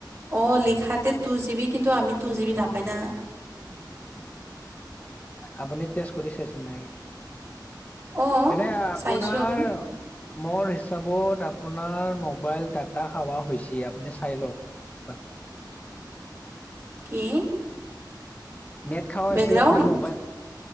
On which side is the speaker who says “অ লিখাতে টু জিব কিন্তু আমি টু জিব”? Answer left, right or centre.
Right